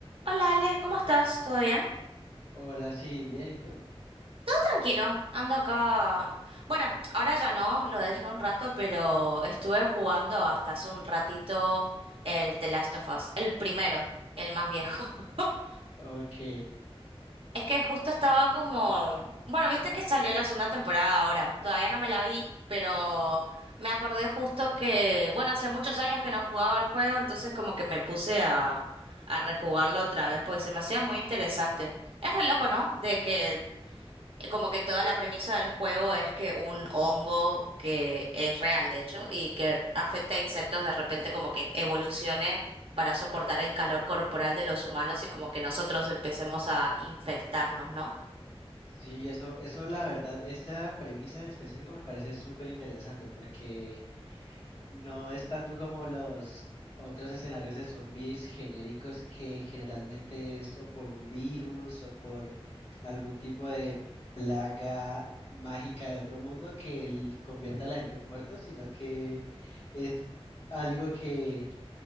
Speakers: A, on the right; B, on the left.
A: Hola Ale, ¿cómo estás? ¿Todo bien?
B: Hola, sí, bien, ¿y tú?
A: Todo tranquilo, ando acá. Bueno, ahora ya no, lo dejé un rato, pero estuve jugando hasta hace un ratito el The Last of Us, el primero, el más viejo. <laughs>
B: Ok,
A: Es que justo estaba como, bueno, viste que salió la segunda temporada ahora, todavía no me la vi, pero me acordé justo que, bueno, hacía muchos años que no jugaba el juego, entonces como que me puse a, a rejugarlo otra vez, porque se me hacía muy interesante. Es re loco, ¿no? De que como que toda la premisa del juego es que un hongo que es real, de hecho, y que afecta a insectos de repente como que evolucione para soportar el calor corporal de los humanos y como que nosotros empecemos a infectarnos, ¿no?
B: sí, eso, eso la verdad, esta premisa en específico me parece súper interesante porque no es tanto como los otros escenarios de zombies genéricos que generalmente es o por un virus o por algún tipo de plaga mágica de otro mundo que el- convierte a la gente en muertos, sino que es algo que